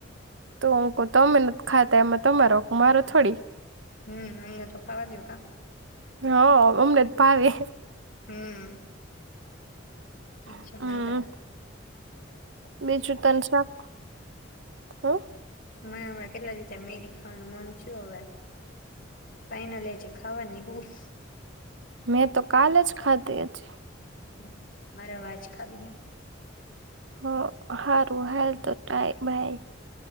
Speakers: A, on the right (about 70°); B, on the left (about 45°).
A: તો હું ક્વ તમે નથ ખાતા એમાં તમારો વાંક મારો થોડી
B: હમ અમને તો ખાવા દ્યો કા
A: હ અમને તો ભાવે
B: હમ એ જ
A: હમ
B: વાંધા હે
A: બીજું તને શાક હમ
B: મને હમણાં કેટલા દી થયા મેગી ખાવાનું મન થયું હવે ફાઈનલી આજે ખાવાની હું
A: મેં તો કાલે જ ખાધી હજી
B: હમ મારે હવે આજ ખાવી હે
A: હ હારું હાલ તો ટાય બાય